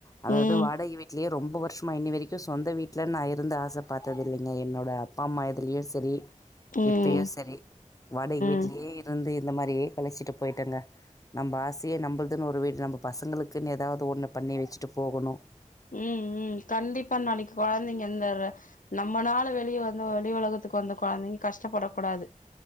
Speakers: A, on the left (about 25°); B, on the left (about 80°).
A: அதாவது
B: ம்
A: வாடகை வீட்லயே ரொம்ப வருஷமா இன்னி வரைக்கும் சொந்த வீட்டுல நான் இருந்து ஆசை பாத்ததில்ல்லைங்க என்னோட அப்பா அம்மா இதுலயும் சரி
B: ம்
A: இப்பயும் சரி வாடகை வீட்லயே
B: ம்
A: இருந்து இரு இந்த மாறி கழிச்சிட்டு போய்ட்டேங்க. நம்ப ஆசையே நம்பளுதுனு ஒரு வீடு நம்ப பசங்களுக்குன்னு எதாவது ஒன்னு பண்ணி வச்சுட்டு போகணும்.
B: ம் ம் கண்டிப்பா நாளைக்கு குழந்தைங்க இந்த நம்மனால வெளிய வந்த வெளி உலகத்துக்கு வந்த கொழந்தைங்க கஷ்டப்படக் கூடாது